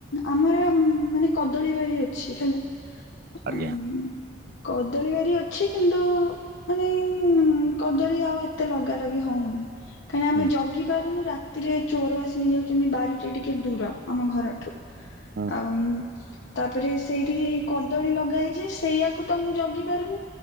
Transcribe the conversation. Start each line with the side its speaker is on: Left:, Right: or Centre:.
Left: ଆମର ମାନେ କଦଳୀ ବାରି ଅଛି ହେଲା।
Right: ଆଜ୍ଞା।
Left: ଉଁ କଦଳୀ ବାରି ଅଛି କିନ୍ତୁ ମାନେ ଉଁ କଦଳୀ ଆଉ ଏତେ ଲଗା ଲଗି ହଉନି। କାହିଁକି ନା ଆମେ
Right: ହୁଁ,
Left: ଜଗି ପାରୁନୁ ରା ତିରେ ଚୋର ଆସି ନେଇଯାଉଛନ୍ତି। ବାରି କିନ୍ତୁ ଟିକେ ଦୂର ଆମ ଘରଠୁ।
Right: ହୁଁ।
Left: ଆଉ। ତାପରେ ସେଇଠି କଦଳୀ ଲଗା ହେଇଚି। ସେଇଆାକୁ ତ ମୁଁ ଜଗି ପାରୁନି।